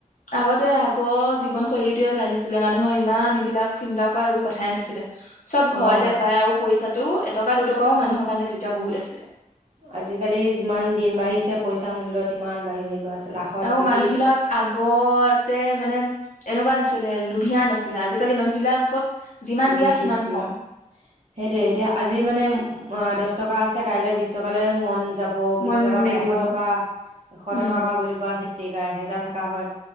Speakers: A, on the left; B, on the right.
A: আগতে আগৰ জীৱন শৈলীটোৱে ভাল আছিলে মানুহৰ ইমান এইবিলাক চিন্তা কৰা একো কথাই নাছিলে। চব ঘৰতে
B: অ',
A: পায় আৰু পইচাটো এটকা দুটকাও মানুহৰ কাৰণে তেতিয়া বহুত আছিলে।
B: আজিকালি যিমান দিন বাঢ়িছে পইচা মূল্য তিমান বাঢ়ি বাঢ়ি গৈ আছে। লাখত
A: আৰু
B: কোটিত
A: মানুহবিলাক আগতে মানে এনেকুৱা নাছিলে, লুভিয়া নাছিলে আজিকালি মানুহ বিলাকক যিমান
B: লোভ
A: দিয়া সিমান
B: বেছি
A: কম
B: সেইটোৱে এতিয়া আজি মানে দহ টকা আছে কাইলে বিচ টকালে মন যাব। আকৌ বিচ
A: মন
B: টকাৰ
A: মেলিব
B: পৰা এশ টকা এশ
A: উম
B: টকাৰ পৰা সেই তেৰিকা এহেজাৰ থাকা হয়।